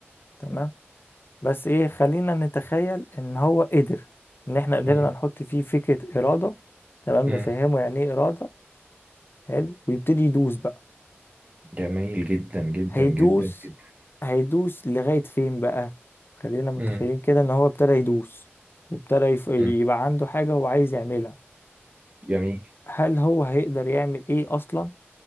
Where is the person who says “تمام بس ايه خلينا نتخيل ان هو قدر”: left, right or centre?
Left